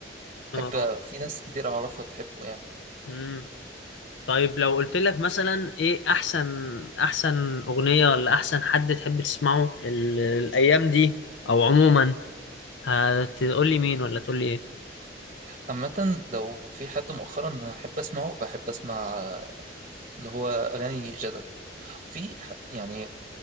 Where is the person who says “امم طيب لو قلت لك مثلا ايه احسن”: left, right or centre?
Left